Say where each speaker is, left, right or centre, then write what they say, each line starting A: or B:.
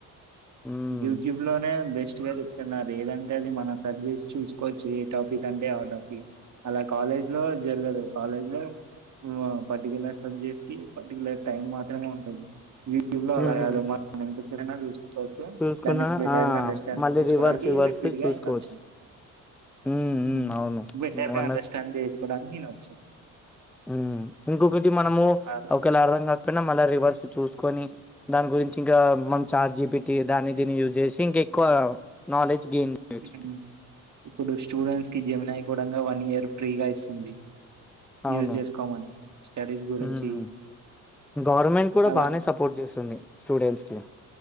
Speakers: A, in the centre; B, on the right.
A: ఉమ్
B: జుజుబ్ లోనే బెస్ట్ గా చెప్తున్నారు ఏదంటే అది మన సబ్జెక్ట్ చూసుకోవచ్చు ఏ టాపిక్ అంటే ఆ టాపిక్. అలా కాలేజ్ లో జరగదు కాలేజ్ లో మో పర్టికులర్ సబ్జెక్ట్ కి పర్టికులర్ టైమ్ మాత్రమే ఉంటది యూట్యూబ్ లో అలా
A: ఉమ్
B: కాదు మనమ్ ఎంత సేపైనా చుస్కో చ్చు
A: చూసుకున్నా
B: దాన్ని బెటర్
A: ఆ
B: గా అండర్ స్టాండ్
A: మళ్ళీ
B: చేసుకోవడానికి
A: రివర్స్ రివర్స్
B: రిపీట్ గా
A: చూసుకోవచ్చు
B: వినచ్చు.
A: ఉమ్
B: ఉ
A: ఉమ్ అవును
B: బెటర్గా
A: నువ్వు
B: అండర్స్టాండ్ చేసుకోవడానికి వినచ్చు.
A: ఉ ఇంకొకటి మనము
B: అలా
A: ఒకలారంగా పోయిన మళ్లా రివర్స్ చూసుకొని దాని గురించి ఇంగ మనమ్ చాట్ జీపీటీ టి దాని దీన్ని యూజ్ చేసి ఇంక ఎక్కువ నాలెడ్జ్ గెన్ చేయచ్చు.
B: ఉమ్. ఇప్పుడు స్టూడెంట్స్ కి జమున అయి కూడా వన్ ఇయర్ ఫ్రీగా ఇస్తుంది.
A: అవును
B: యూజ్ చేసుకోమని స్టడీస్ గురించి
A: ఉమ్ గవర్నమెంట్ కూడా
B: అలా
A: బానే సపోర్ట్ చేస్తుంది స్టూడెంట్స్ కి.